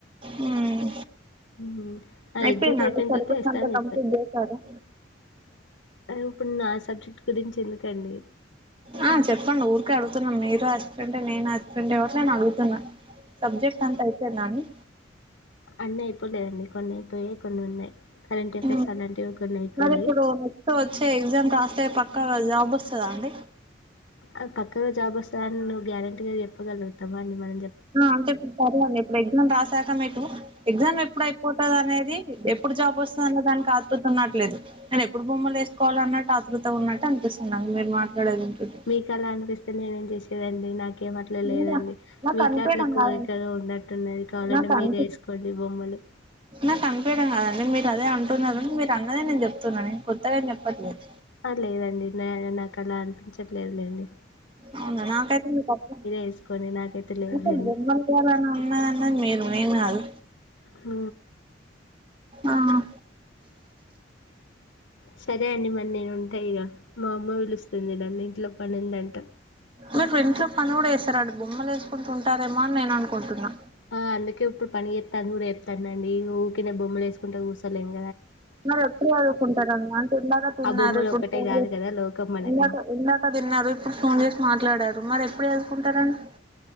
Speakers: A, on the right (about 25°); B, on the left (about 75°).
A: మ్మ్
B: ఉమ్ నా
A: అయిపోయిందా
B: ఎగ్జామ్ అయిపోయిన
A: అండి సిలబస్
B: తర్వాత వస్తా
A: అంతా
B: అని చెప్పా.
A: కంప్లీట్ చేశారా
B: ఆ ఇప్పుడు ఆ సబ్జెక్ట్ గురించి తీసుకోండి
A: ఆ చెప్పండి ఊరికే అడుగుతున్నాము మీర అసిస్టెంట్ నేను అసిస్టెంట్ ఎవరు నేను అడుగుతున్నాను సబ్జెక్ట్ అంతయి సర్నా అండి?
B: అన్ని అయిపోలేదండి. కొన్ని అయిపోయయి, కొన్ని ఉన్నాయి. కరెంట్
A: హ్మ్
B: అఫైర్స్ అలాంటివి కొన్ని అయిపోయాయి
A: మరి ఇప్పుడు నక్ వచ్చే ఎగ్జామ్ రాస్తే పక్క ఆ జాబ్ వస్తుందా అండి
B: అ పక్క గ జాబ్ వస్తాది సార్ నువ్వు గ్యారెంటీగా చెప్పగలుగుతావా అం మళ్ళీ
A: అంతే ఇప్పుడు సరే అండి ఇప్పుడు ఎగ్జామ్ రాశాక మీకు ఎగ్జామ్ ఎప్పుడు అయిపోతది అనేది ఎప్పుడు జాబ్ వస్తుంది అన్న దానికి కాదు చెతున్నట్లేదు నేను ఎప్పుడు బొమ్మలు వేసుకోవాలి అన్నట్టు ఆతృత ఉన్నట్టు అనిపిస్తున్నా మీరు మాట్లాడేది వింటుంటే
B: మీక అలా అనిపిస్తే నేనేం చేసాను రడి నా ఏం అట్లే
A: లేదా
B: లేదండి
A: నాకు
B: మీకే
A: అనిపియడం
B: అట్లా కోరికగా
A: కాదండి
B: ఉన్నట్టున్నది కావాలంటే
A: నాకు
B: మీరే
A: అనిపి
B: వేసుకోండి బొమ్మలు
A: నాకు అనిపియడం కాదండి మీరు అదే అంటున్నారు మీరు అన్నదే నేను చెప్తున్నాని కొత్తగా ఎం చెప్పట్లేదు
B: లేదండి న నాకు అలా అనిపించట్లేదులేండి
A: అవునా నాకైతే మీ అస
B: వేసుకోండి నాకైతే లేదులేండి
A: జమయాలని ఉన్నన్నది మీరు నేను కాదు
B: ఆ
A: ఆ
B: సరే అండి మరి నేను ఉంటాయి ఇక మా అమ్మ పిలుస్తుంది నన్ను ఇంట్లో పనిందంట
A: మీరు ఫ్రెండ్స్ లో పని కూడా వేస్తారడు బొమ్లు వేసుకుంటుంటారేమ అని నేను అనుకుంటున్నా
B: ఆ! అందుకే ఇప్పుడు పని ఎస్తాను కూడా ఎస్తానునండి ఊకినే బొమ్మలు వేసుకుంటే కూర్సలేండి
A: మరి ఎప్పుడు చదువుకుంటారున్న అంటే ఇందాక తిన్నారు
B: ఆ బొమ్మలు
A: ఇప్పుడు
B: ఒక్కటే
A: ఫోన్
B: గాదు
A: చే
B: గదా లోకం మనకి.
A: ఇందాక ఇందాక తిన్నారు ఇప్పుడు ఫోన్ చేసి మాట్లాడారు మరి ఎప్పుడు చసుకుంటారండి